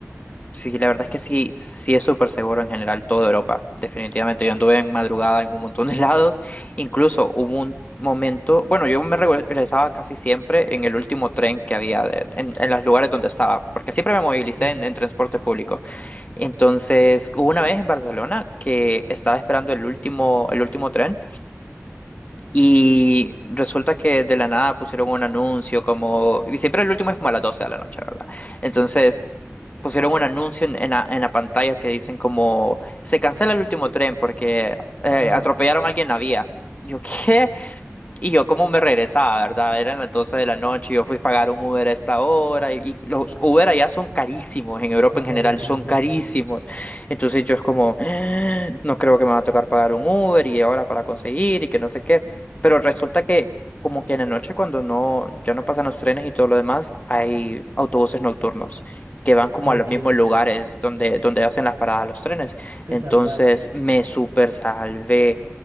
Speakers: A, on the left; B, on the right.
A: sí, la verdad es que sí, sí es súper seguro en general toda Europa, definitivamente. Yo anduve en madrugada en un montón de <laughs> lados, incluso hubo un momento, bueno, yo me regresaba casi siempre en el último tren que había de- en, en los lugares donde estaba, porque siempre me movilicé
B: Sí.
A: en, en transporte público. Entonces, hubo una vez en Barcelona que estaba esperando el último, el último tren y resulta que de la nada pusieron un anuncio como, y siempre el último es como a las 12 de la noche, ¿verdad? Entonces pusieron un anuncio en, en la, en la pantalla que dicen como se cancela el último tren porque eh,
B: Ah,
A: atropellaron a alguien en la vía. Yo, ¿qué? Y yo como me regresaba, ¿verdad? Eran las 12 de la noche, yo fui a pagar un Uber a esta hora y, y los Uber allá son carísimos, en Europa
B: son
A: en
B: carísimos,
A: general son carísimos.
B: sí.
A: Entonces yo es como, "Ah, no creo que me va a tocar pagar un Uber y ahora para conseguir y que no sé qué. Pero resulta que como que en la noche cuando no, ya no pasan los trenes y todo lo demás, hay autobuses nocturnos que van como
B: Ok,
A: a los mismos lugares donde, donde hacen las paradas los trenes.
B: te
A: Entonces
B: salvaste.
A: me super salvé.